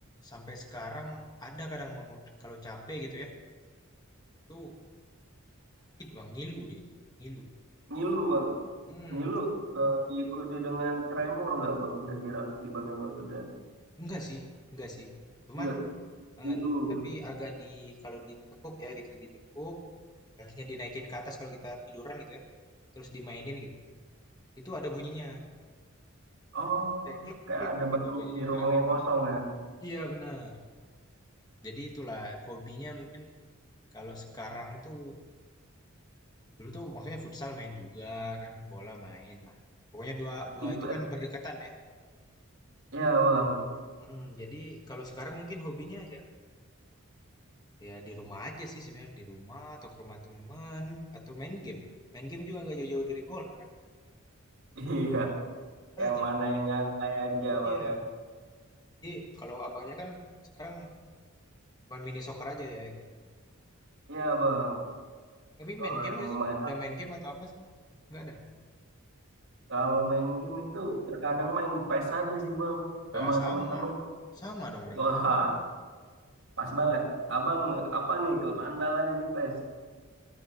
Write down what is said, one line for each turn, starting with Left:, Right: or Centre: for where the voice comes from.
Left: sampai sekarang ada kadang Bang, kalau capek gitu ya, itu sakit Bang, ngilu dia, ngilu.
Right: ngilu bang.
Left: Hmm,
Right: Ngilu eh, diikuti dengan tremor nggak bang? Kira-kira di bagian lututnya?
Left: enggak sih, enggak sih. Cuman
Right: Enggak,
Left: eh,
Right: dulu.
Left: tapi agak di kalau ditekuk ya gitu, ditekuk, kakinya dinaikin ke atas kalau kita tiduran gitu ya, terus dimainin gitu. Itu ada bunyinya,
Right: Oh,
Left: kayak klek
Right: kayak
Left: klek
Right: ada baru
Left: gitu bunyinya.
Right: di ruang yang kosong ya.
Left: Iya benar. Jadi itulah hobinya mungkin kalau sekarang tuh Dulu tuh maksudnya futsal main juga kan, bola main lah. Pokoknya dua dua
Right: Tiba.
Left: itu kan berdekatan ya.
Right: Ya, Bang. <laughs>
Left: Mm-mm, jadi kalau sekarang mungkin hobinya ya ya di rumah aja sih sebenarnya di rumah atau ke rumah teman atau main game. Main game juga gak jauh-jauh dari bola kan.
Right: Iya,
Left: Itu aja.
Right: yang mana yang nyantai aja,
Left: Iya.
Right: Bang ya.
Left: Jadi kalau abangnya kan sekarang cuman mini soccer aja ya gitu.
Right: Iya, Bang.
Left: Tapi
Right: Kalau
Left: main game
Right: yang
Left: gak sih?
Right: main
Left: Ada main game atau apa sih? Nggak ada.
Right: kalau main game itu terkadang main PES aja sih, Bang, sama
Left: nggak sama.
Right: teman-teman.
Left: Sama dong berarti.
Right: Wah, pas banget. Abang apa nih klub andalannya di PES?